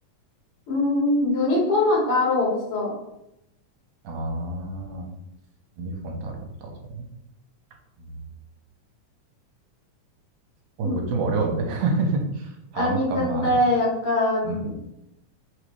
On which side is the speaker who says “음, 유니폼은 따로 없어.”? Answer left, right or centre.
Left